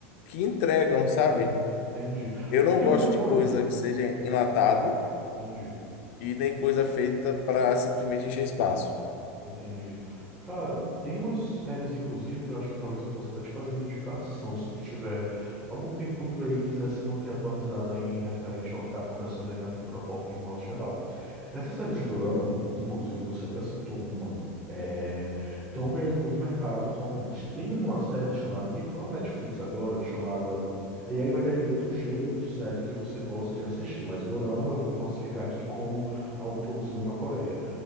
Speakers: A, on the left; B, in the centre.
A: que entregam, sabe?
B: Entendi.
A: Eu
B: Porque
A: não
B: tem
A: gosto
B: muita
A: de
B: coisa.
A: coisa que seja enlatado
B: Entendi.
A: e nem coisa feita para simplesmente encher espaço.
B: Entendi. Cara, tem umas séries, inclusive, que eu acho que talvez eu possa até te fazer uma indicação, se tu tiver algum tempo livre aí e quiser se manter atualizado aí em referente ao que tá acontecendo aí na cultura pop de um modo geral. essas séries de Dorama, que inclusive você até citou uma, é... estão ganhando muito mercado atualmente. Tem uma série chamada, que entrou na Netflix agora, chamada. Aí aí vai depender do gênero de série que você gosta de assistir, mas Dorama eu vou classificar aqui como algo produzido na Coreia